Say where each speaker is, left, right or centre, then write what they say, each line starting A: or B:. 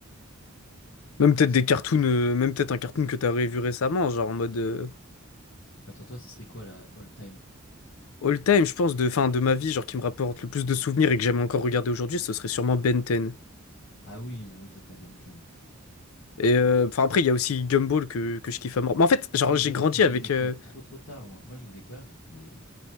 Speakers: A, on the left; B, on the left.
A: Même
B: Ah,
A: peut-être
B: je sais
A: des
B: pas.
A: cartoons, euh, même peut-être un cartoon que t'as revu récemment, genre en mode euh,
B: Attends, toi, ça serait quoi, la all-time?
A: all time, je pense, de, fin, de ma vie, genre qui me rapporte le plus de souvenirs et que j'aime encore regarder aujourd'hui, ce serait sûrement Ben 10.
B: Ah oui, mais oui, toi, t'as Ben 10.
A: Et euh, enfin après, il y a aussi Gumball que, que je kiffe à mort. Mais en fait, genre
B: Ah, mais
A: j'ai
B: Gumball,
A: grandi
B: je l'ai
A: avec.
B: découvert
A: euh,
B: trop, trop tard, moi. Moi, je l'ai découvert, j'étais...